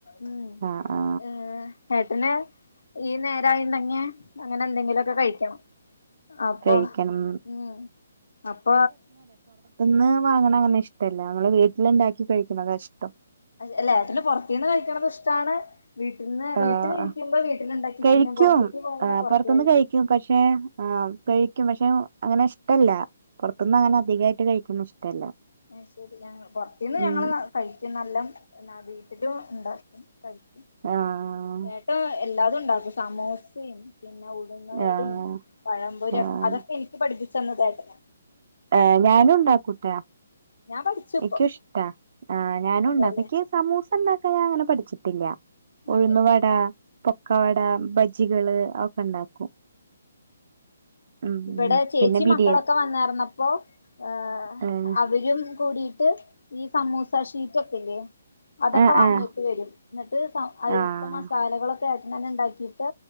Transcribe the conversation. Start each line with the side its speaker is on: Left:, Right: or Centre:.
Left: ഉം
Right: ആ ആ.
Left: ഏഹ് ഏട്ടന് ഈ നേരായിണ്ടങ്ങ്യ അങ്ങനെ എന്തെങ്കിലുമൊക്കെ കഴിക്കണം. അപ്പ
Right: കഴിക്കണം
Left: ഉം അപ്പ
Right: ഒന്ന് വാങ്ങണണ അങ്ങനെ ഇഷ്ടമല്ല. നമ്മള് വീട്ടിലുണ്ടാക്കി കഴിക്കുന്നതാ ഇഷ്ടം.
Left: അല്ല ഏട്ടന് പുറത്തു നിന്ന് കഴിക്കണത് ഇഷ്ടമാണ്. വീട്ടിൽന്ന്
Right: ആഹ്
Left: വീട്ടിലിരിക്കുമ്പോ വീട്ടിലുണ്ടാക്കി
Right: കഴിക്കും
Left: തിന്നും. പൊറത്തേക്ക് പോയാ
Right: ആഹ്
Left: പൊറത്ത്
Right: പുറത്തുന്ന്
Left: കഴിക്കും.
Right: പക്ഷെ ആഹ് കഴിക്കും. പക്ഷെ അങ്ങനെ ഇഷ്ടമല്ല. പൊറത്തുന്ന് അങ്ങനെ അധികമായിട്ട് കഴിക്കുന്ന ഇഷ്ടല്ല.
Left: അയ്‌ ശരി. ഞ പുറത്തുന്ന്
Right: ഉം
Left: ഞങ്ങള് കഴിക്കും ന്നല്ലാ എന്നാ വി ട്ടിലും ഉണ്ടാകും കഴിക്കും.
Right: ആഹ്
Left: ഏട്ടാ <unintelligible> എല്ലാതും ഉണ്ടാക്കും. സമോസയും, പിന്നെ ഉടുന്നവടയും,
Right: ആഹ്
Left: പഴംപൊരി
Right: ആഹ്
Left: അതൊക്കെ എനിക്ക് പഠിപ്പിച്ചന്നതേട്ടനാ.
Right: ഏഹ് ഞാനുംണ്ടാക്കൂട്ട.
Left: ഞാൻ പഠിച്ചു ഇപ്പൊ
Right: ൻക്ക് ഇഷ്ടാ, ആ ഞാനും
Left: അതെല്ലേ
Right: ഉണ്ടാക്കും. എനിക്ക് സമൂസ ഇണ്ടാക്കാൻ ഞാൻ അങ്ങനെ പഠിച്ചിട്ടില്ല. ഉഴന്നു
Left: അതെ
Right: വട, പൊക്ക വട, ബ ജ്ജികള് അ ഒക്കെ ഉണ്ടാക്കും. ഉം
Left: ഇബടെ ചേച്ചി
Right: പിന്നെ ബിരിയാ
Left: മക്കളൊക്കെ വന്നേർന്നപ്പോ, ആഹ്
Right: ഏഹ്
Left: അവരും കൂടിയിട്ട് ഈ സമൂസ ഷീറ്റ് ഒക്കെല്ലേ. അതൊക്കെ
Right: ആഹ്
Left: വാങ്ങിട്ട്
Right: ആഹ്
Left: വരും. എന്നിട്ട് സ അതിൽത്തെ
Right: ആഹ്
Left: മസാലകളൊക്കെ ഏട്ടൻ തന്നെ ഉണ്ടാക്കിയിട്ട്,